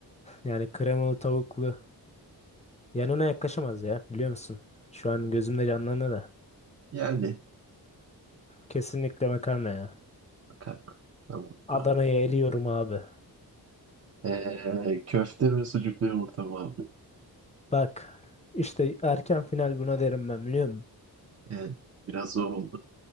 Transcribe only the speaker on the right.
Yani
makarna. Tamam.
tamam.
Ee, köfte mi sucuklu yumurta mı abi?
Yani biraz zor oldu.